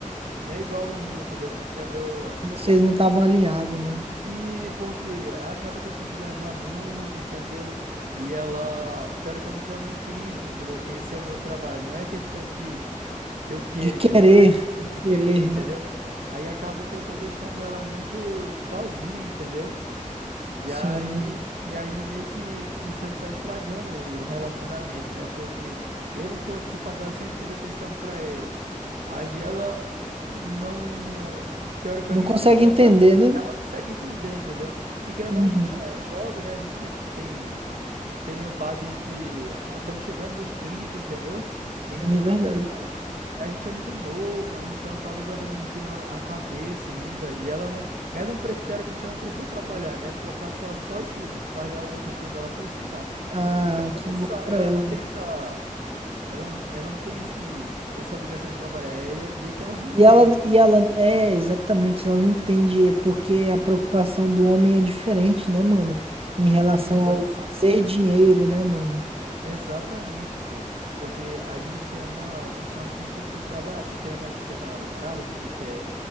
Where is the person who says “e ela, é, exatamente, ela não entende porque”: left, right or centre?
Right